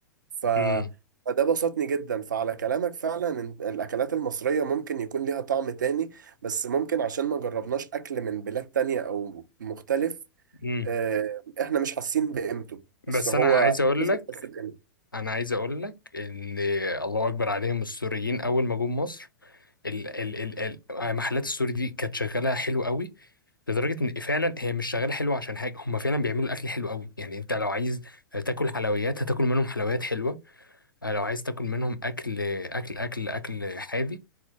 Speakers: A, on the right; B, on the left.
A: ف...
B: أمم،
A: فده بسطني جدا فعلى كلامك فعلا إن الأكلات المصرية ممكن يكون ليها طعم تاني بس ممكن عشان ما جربناش أكل من بلاد تانية أو مختلف
B: أمم.
A: آه، احنا مش حاسين بقيمته بس
B: بس
A: هو
B: انا عايز اقول
A: الناس
B: لك
A: بتحس بقيمته
B: انا عايز اقول لك ان الله اكبر عليهم السوريين اول ما جم مصر ال ال ال ال- محلات السوري دي كانت شغاله حلو قوي لدرجه ان فعلا هي مش شغاله حلوه عشان حاجه هم فعلا بيعملوا الاكل حلو قوي يعني انت لو عايز تاكل حلويات هتاكل منهم حلويات حلوه آه، لو عايز تاكل منهم اكل اكل اكل اكل حادي